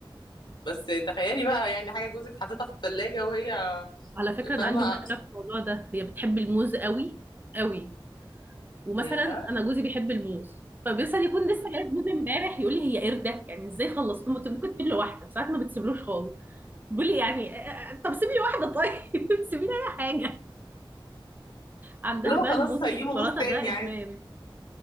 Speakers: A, on the left; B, on the right.
A: بس تخيلي بقى يعني حاجه جوزك حاططها في الثلاجه وهي
B: على فكره انا
A: فاهمه
B: عندي مشكله في الموضوع ده هي بتحب الموز قوي قوي ومثلا
A: يا
B: انا جوزي بيحب الموز فبيصل يكون لسه جايب موز امبارح يقول لي هي قردك يعني ازاي خلصت ممكن ممكن تسيب له واحده ساعات ما بتسيبلوش خالص بيقول لي يعني آه، آه، طب سيبي لي واحده طيب <laughs> سيبي لي اي حاجه عندها
A: اللي هو
B: بقى
A: خلاص
B: الموز
A: هيجيبه
B: والشوكولاته
A: بوس تاني
B: ده ادمان
A: عادي